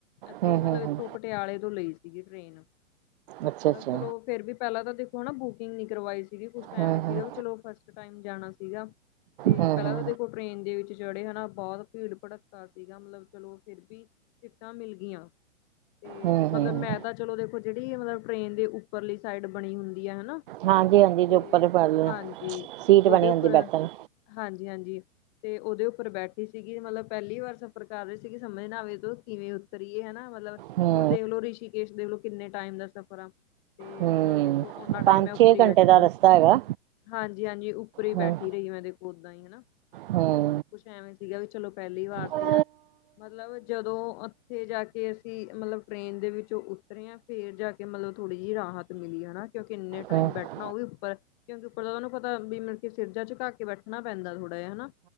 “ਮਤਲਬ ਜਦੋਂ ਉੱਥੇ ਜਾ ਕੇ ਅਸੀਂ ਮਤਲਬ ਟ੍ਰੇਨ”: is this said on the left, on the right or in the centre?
Left